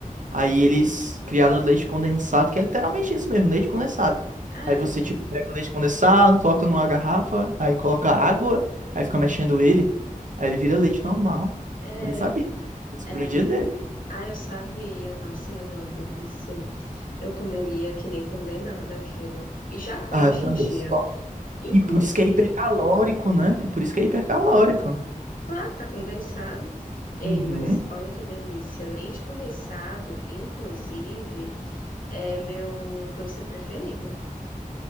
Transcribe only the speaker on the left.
É,
Uhum.
é,
é, ai,
ai, eu sabia, nossa, mas é uma delícia. Eu comeria que nem condenada aquilo. E já como
hoje
em dia.
Inclusive,
Claro que tá condensado. Ei,
mas olha que delícia. Leite condensado, inclusive, é meu doce preferido.